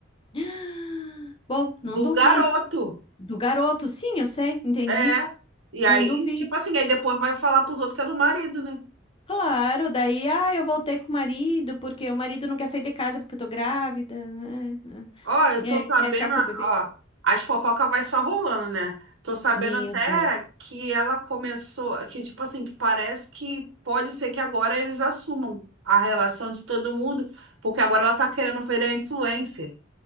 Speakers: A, on the left; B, on the right.
A: <gasps> bom, não
B: do
A: duvido.
B: garoto.
A: Do garoto, sim, eu sei, entendi.
B: É. E aí,
A: Não duvido.
B: tipo assim, aí depois vai falar pros outros que é do marido, né?
A: Claro, daí, ah, eu voltei com o marido, porque o marido não quer sair de casa porque eu tô grávida, né?
B: Ó, eu tô
A: É,
B: sabendo,
A: quer ficar com o bebê.
B: ó, as fofocas vai só rolando, né? Tô sabendo
A: Meu
B: até
A: Deus.
B: que ela começou, que tipo assim, que parece que pode ser que agora eles assumam a relação de todo mundo, porque agora ela tá querendo virar influencer.